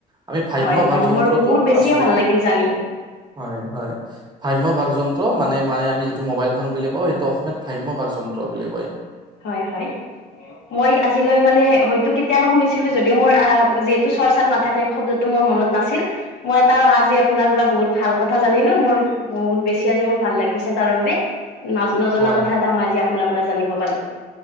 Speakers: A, on the right; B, on the left.
A: আমি ভাম্য
B: হয় হয়
A: ভাগ যন্ত্ৰটো
B: মোৰ বহুত বেছিয়ে
A: আচলতে
B: ভাল লাগিল জানি
A: হয় হয়। ভাম্য ভাগ যন্ত্ৰ মানে মানে আমি যিটো মোবাইল ফোন বুলি কওঁ, সেইটো অসমীয়াত ভাম্য ভাগ যন্ত্ৰ বুলি কয়।
B: হয় হয়। মই আজিলৈ মানে হয়তো কেতিয়াবা শুনিছিলো যদিও মোৰ আ যিহেতু চৰ্চাত নাথাকে শব্দট- টো মোৰ মনত নাছিল, মই এটা আজি আপোনাৰ পৰা বহুত ভাল কথা জানিলো মোৰ- বহুত বেছি আজি মোৰ ভাল লাগিছে তাৰ মানে নজনা
A: হয়
B: কথা এটা মই আজি আপোনাৰ পৰা জানিব পালো।